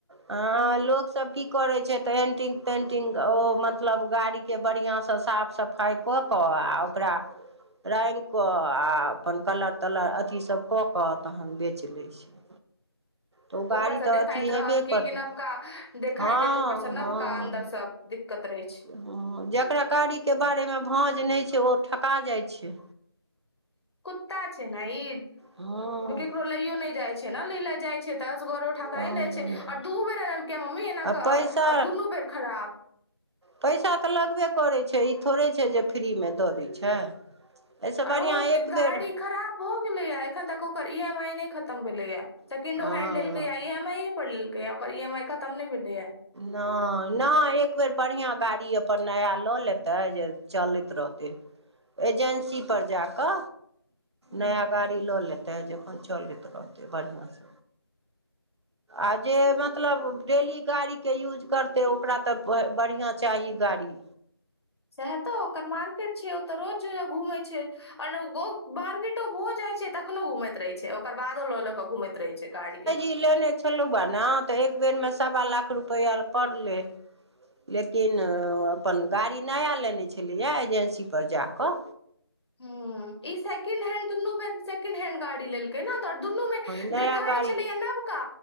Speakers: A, on the right; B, on the left.
A: हं लोक सब की करे छै तऽ एंटिंग तेंटिंग ओ मतलब गाड़ी के बढ़िआँसँ साफ सफाई कऽ कऽ आ ओकरा रंगि कऽ आ अपन कलर तलर अथि सब कऽ कऽ तखन बेच लै छै। तऽ ओ
B: ऊपर
A: गाड़ी
B: से देखाइत
A: तऽ अथी
B: रहत
A: हेबे
B: की
A: करतै
B: नबका, देखाय
A: हँ
B: देत ऊपर से नबका
A: हँ
B: अन्दरसँ दिकत रहै छै।
A: हँ जकरा गाड़ीके बारेमे भाँज नहि छै ओ ठका जाइ छै।
B: कुत्ता छै ने ई,
A: हँ
B: केकरो लइयो नहि जाइ छै। नै ल जाइ छै, ते असगरो ठकाई
A: हँ
B: लै छै और दू बेर एनलकै मम्मी एना
A: आ
B: और
A: पैसा
B: दुनू बेर खराब।
A: पैसा तऽ लगबे करैत छै ई थोड़े छै जे फ्रीमे दऽ दै छै। एहिसँ
B: आर
A: बढ़िआँ
B: ओ
A: एक
B: गाड़ी
A: बेर
B: खराब भऽ गेलैए, एखन तक ओकर ई एम आई नहि खतम भेलैए। सकेंडो
A: हँ
B: हैंड लेलकै या ई एम आई ये पर लेलकैया ओकर ई एम आई खत्म नै भेलैया।
A: नै, नै एक बेेर बढ़ियाँ गाड़ी अपन नया लऽ लेतै जे चल रहतै, एजेंसी पर जा क
B: ह
A: नया गाड़ी ल लेेतै। तै जे अपन चलैत रहतै बढ़ियाँ से। आ जे मतलब डेली गाड़ी के यूज करतै ओकरा तऽ बढ़ियाँ चाही गाड़ी।
B: साएहे तऽ ओकर मार्केट छै, ओ ते रोज घूमै छै और <unintelligible> मार्केटो भऽ जाय छै, तखनो घूमैत रहै छै ओकर बादो लऽ लऽ के घुमैत रहेै छै गाड़ी के।
A: की लेने छ- <unintelligible> बा ना तऽ एक बेर मे सवा लाख रुपैया आर पड़लै। लेकिन ओ अपन गाड़ी नया लेनै छलैया एजेन्सी पर जाकऽ।
B: हूँ ई सेकेंड हैंड दुनू बेर सेकेंड हैंड गाड़ी लेल एना तऽ दुनू मे
A: नया
B: देखाइ
A: गाड़ी
B: छलैये नबका